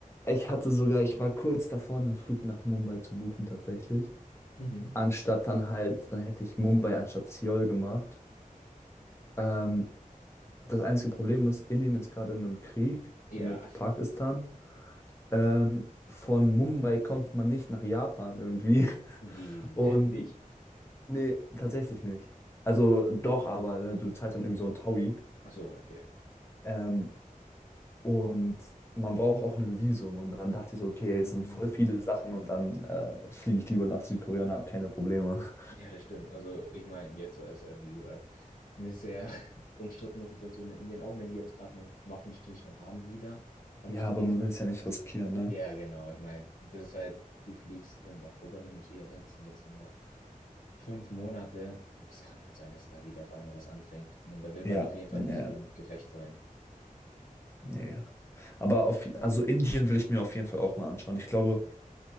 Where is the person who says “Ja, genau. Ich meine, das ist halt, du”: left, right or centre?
Left